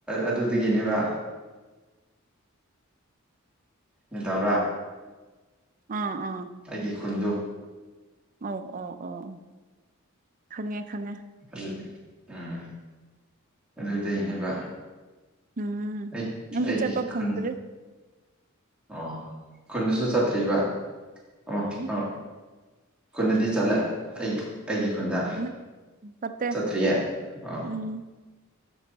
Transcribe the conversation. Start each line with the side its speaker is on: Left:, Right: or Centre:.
Centre: ꯑꯗꯨꯗꯒꯤꯅꯦꯕ ꯅ ꯇꯥꯕ꯭ꯔꯥ
Right: ꯑꯥ ꯑꯥ
Centre: ꯑꯩꯒꯤ ꯈꯨꯟꯗꯨ
Right: ꯑꯧ ꯑꯣ ꯑꯣ ꯈꯪꯉꯦ ꯈꯪꯉꯦ
Centre: ꯑꯗꯨꯗꯤ ꯎꯝ ꯑꯗꯨꯗꯩꯅꯦꯕ
Right: ꯎꯝ
Centre: ꯑꯩ
Right: ꯑꯩꯗꯤ
Centre: ꯑꯩꯒꯤ
Right: ꯆꯠꯄ
Centre: ꯈꯨꯟ
Right: ꯐꯪꯗ꯭ꯔꯤ
Centre: ꯑꯣ ꯈꯨꯟꯗꯁꯨ ꯆꯠꯇ꯭ꯔꯤꯕ ꯑꯣ
Right: ꯎꯝ
Centre: ꯑꯣ ꯈꯨꯟꯗꯗꯤ ꯆꯠꯂꯦ ꯑꯩ ꯑꯩꯒꯤ ꯈꯨꯟꯗ
Right: ꯎꯝ ꯆꯠꯇꯦ
Centre: ꯆꯠꯇ꯭ꯔꯤꯌꯦ ꯑ
Right: ꯎꯝ